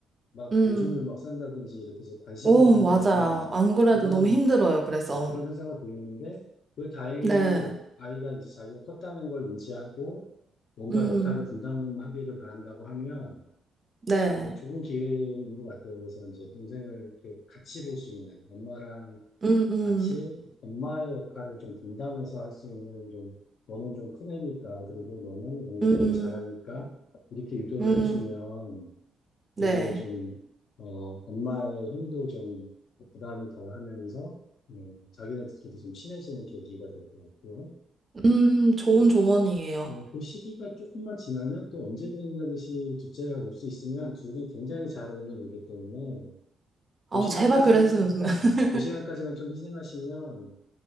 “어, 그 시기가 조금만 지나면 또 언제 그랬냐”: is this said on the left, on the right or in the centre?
Left